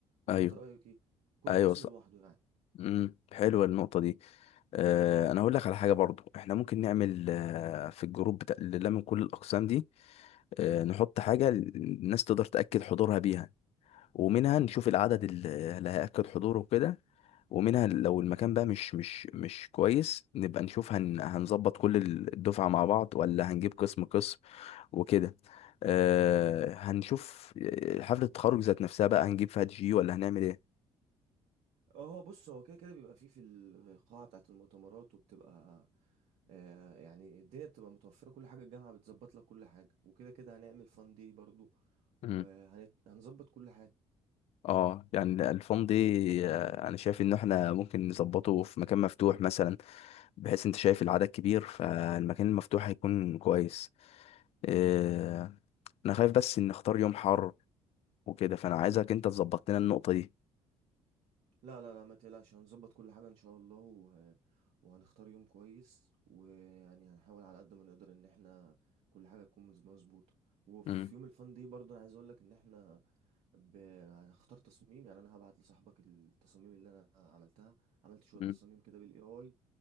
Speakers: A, on the right; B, on the left.
A: ولا
B: ايوه
A: انت رأيك ايه كل
B: ايوه
A: قسم
B: صح
A: لوحده يعني
B: امم حلوه النقطه دي آه انا هقول لك على حاجه برضو احنا ممكن نعمل آه في الجروب بتاع اللي من كل الاقسام دي آه، نحط حاجة الناس تقدر تأكد حضورها بيها ومنها نشوف العدد ال- اللي هيأكد حضوره وكده ومنها لو المكان بقى مش مش مش كويس نبقى نشوف هن هنظبط كل الدفعة مع بعض ولا هنجيب قسم قسم وكده آه، هنشوف آه، حفلة التخرج ذات نفسها بقى هنجيب فيها دي جي ولا هنعمل ايه
A: اه بص هو كده كده بيبقى فيه في القاعة بتاعة المؤتمرات وبتبقى آه يعني الدنيا بتبقى متوفرة كل حاجة الجامعة بتظبط لك كل حاجة وكده كده هنعمل فان دي برضو
B: مم.
A: وهنظبط كل حاجة
B: اه يعني الفان دي آه، انا شايف ان احنا ممكن نظبطه في مكان مفتوح مثلا بحيث انت شايف العدد كبير فالمكان المفتوح هيكون كويس آه، انا خايف بس ان نختار يوم حر وكده فانا عايزك انت تظبط لنا النقطة دي
A: لا لا لا ما تقلقش هنظبط كل حاجة ان شاء الله وه... وهنختار يوم كويس ويعني هنحاول على قد ما نقدر ان احنا كل حاجة تكون مز- مظبوطة وفي
B: مم.
A: يوم الفن دي برضه انا عايز اقول لك ان احنا ب... هنختار تصميم يعني انا هبعت لصاحبك التصاميم اللي انا عملتها عملت شوية
B: مم.
A: تصاميم كده بالاي اي